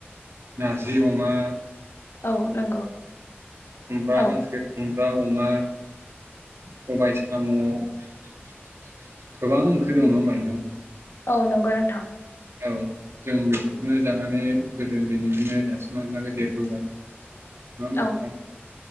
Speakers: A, on the right; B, on the left.
A: नारजि अमा
B: औ नंगौ
A: खुब्रा
B: औ
A: हांसो <unintelligible> खुमब्रा अमा सबाय साम' गोबां ओंख्रि
B: नं-
A: दङ ना होमबा नोंथां
B: औ नंगौ नोंथां
A: औ जों बेफोरखौनो जानानै गोदो उन्दैनिफ्रायनो दासिमहालालाग देरबोबाय नंङा होनबा
B: औ
A: नोंथां